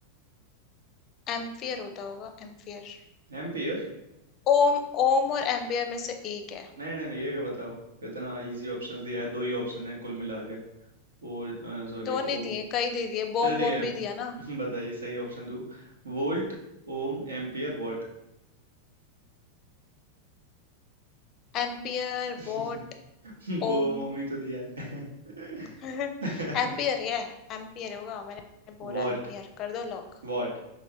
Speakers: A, on the left (about 35°); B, on the right (about 70°).
A: एम्पियर होता होगा एम्पियर
B: एम्पियर
A: ओम ओम और एम्पियर में से एक है
B: नहीं नहीं नहीं ये क्या बताओ इतना इजी ऑप्शंस दिया है दो ही ऑप्शन है कुल मिला के Volt sorry
A: दो नहीं
B: ohm
A: दिए कई दे दिए
B: चलो
A: बॉम
B: ठीक
A: बॉम भी दिया ना
B: है <laughs> बताइए सही ऑप्शन दो Volt ohm ampere what
A: एम्पियर
B: <laughs>
A: वॉट
B: Bomb
A: ओम
B: ohm ही तो दिया है <laughs>
A: <laughs> एम्पियर ही है एम्पियर <laughs> होगा मैंने बोला
B: वॉट
A: एम्पियर कर दो लॉक
B: वॉट